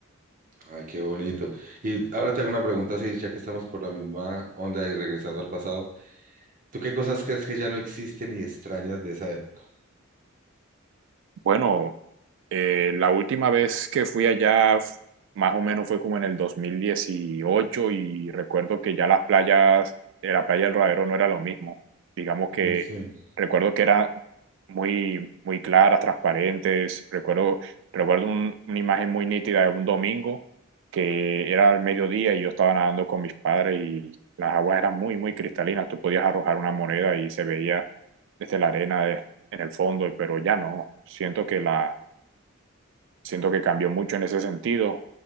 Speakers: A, on the right; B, on the right.
A: ay, qué bonito. Y ahora te hago una pregunta, así, ya que estamos por la misma onda y regresando al pasado. ¿Tú qué cosas crees que ya no existen y extrañas de esa época?
B: Bueno, Eh, la última vez que fui allá, f- más o menos fue como en el 2018 y recuerdo que ya las playas, eh, la playa del Rodadero no era lo mismo. Digamos que
A: Mm, Sí.
B: recuerdo que eran muy, muy claras, transparentes. Recuerdo, recuerdo un- una imagen muy nítida de un domingo que era al mediodía y yo estaba nadando con mis padres y las aguas eran muy, muy cristalinas. Tú podías arrojar una moneda y se veía desde la arena de- en el fondo, pero ya no. Siento que la Siento que cambió mucho en ese sentido,